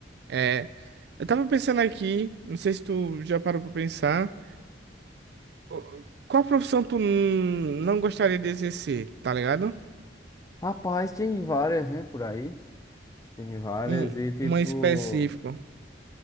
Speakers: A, on the right; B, on the left.
A: É, eu tava pensando aqui, não sei se tu já parou pra pensar, o- qual profissão tu n- não gostaria de exercer, tá ligado?
B: Rapaz, tem várias, né, por aí. Tem várias
A: Um,
B: e, tipo,
A: uma específica.